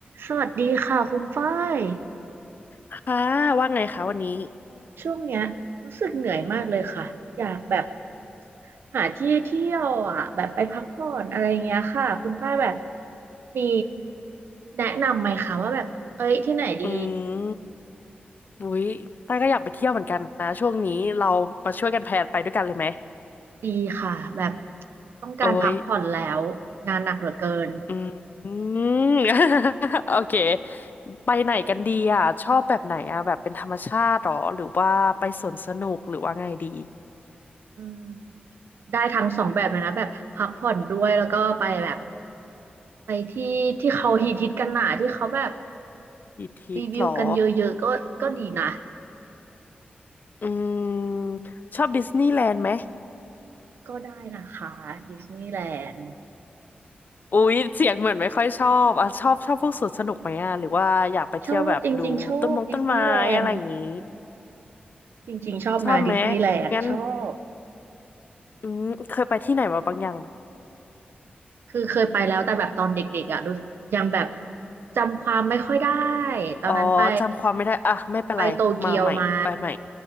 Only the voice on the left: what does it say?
ค่ะว่าไงคะวันนี้
อืมอุ้ยต้าก็อยากไปเที่ยวเหมือนกันนะช่วงนี้เรามาช่วยกันแพลนไปด้วยกันเลยไหม
โอ้ยอืม <laughs> อืม <laughs> โอเคไปไหนกันดีอ่ะชอบแบบไหนอ่ะแบบเป็นธรรมชาติหรอหรือว่าไปสวนสนุกหรือว่าไงดี
อีทิตหรอ
อืมชอบดิสนีย์แลนด์ไหม
อุ้ยเสียงเหมือนไม่ค่อยชอบอ่ะชอบชอบพวกสวนสนุกไหมอ่ะหรือว่าอยากไปเที่ยวแบบดูต้นมงต้นไม้อะไรอย่างงี้
ชอบไหมงั้นอืมเคยไปที่ไหนมาบ้างยัง
อ๋อจำความไม่ได้อ่ะไม่เป็นไร
มาใหม่ไปใหม่